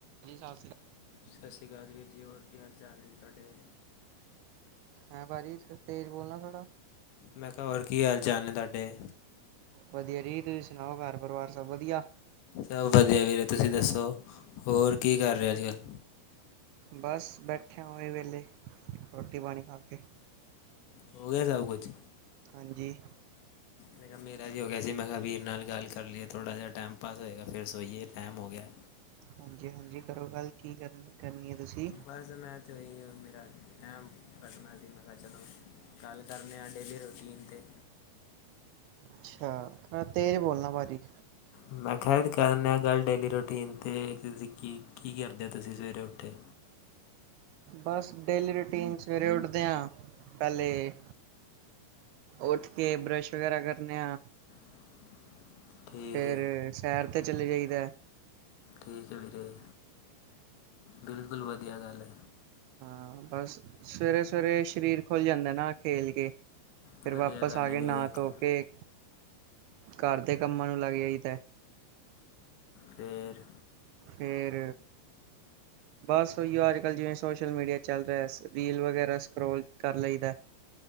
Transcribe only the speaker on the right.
ਵੀ ਸਸ ਸ੍ਰੀ ਕਾਲ
ਹੈਂ ਭਾਜੀ, ਥੋੜਾ ਤੇਜ ਬੋਲਣਾ ਥੋੜਾ।
ਵਧੀਆ ਜੀ ਤੁਸੀਂ ਸੁਣਾਓ ਘਰ ਪਰਿਵਾਰ ਸਭ ਵਧੀਆ?
ਬਸ ਬੈਠਿਆ ਉਹੀ ਵੇਲੇ ਰੋਟੀ ਪਾਣੀ ਖਾ ਕੇ।
ਹਾਂਜੀ
ਹਾਂਜੀ ਹਾਂਜੀ, ਕਰੋ ਗੱਲ ਕੀ ਕਰਨ-ਕਰਨੀ ਐ ਤੁਸੀਂ।
ਅੱਛਾ, ਹਾ ਤੇਜ ਬੋਲਣਾ ਵਾਰੀ ਚ
ਬਸ ਡੇਲੀ ਰੂਟੀਨ ਸਵੇਰੇ ਉੱਠਦੇ ਆ ਪਹਿਲੇ ਉੱਠ ਕੇ ਬਰਸ਼ ਵਗੈਰਾ ਕਰਨੇ ਆ।
ਫੇਰ
ਸ਼ਹਿਰ ਤੇ ਚਲੇ ਜਾਈਦਾ ਐ।
ਹਾਂ ਬਸ ਸਵੇਰੇ-ਸਵੇਰੇ ਸਰੀਰ ਖੁੱਲ ਜਾਂਦਾ ਨਾ ਖੇਲ ਕੇ। ਫੇਰ
ਵਾਪਸ
ਆ
ਕੇ,
ਨਾ-ਧੋ
ਕੇ, ਘਰ ਦੇ ਕੰਮਾਂ ਨੂੰ ਲੱਗ ਜਾਈ ਦਾ।
ਫੇਰ ਬਸ ੳਈਓ ਅੱਜ-ਕੱਲ ਜਿਵੇਂ ਸੋਸ਼ਲ ਮੀਡੀਆ ਚੱਲ ਰੇਆ, ਰੀਲ ਵਗੈਰਾ ਸਕਰੋਲ ਕਰ ਲਈਦਾ।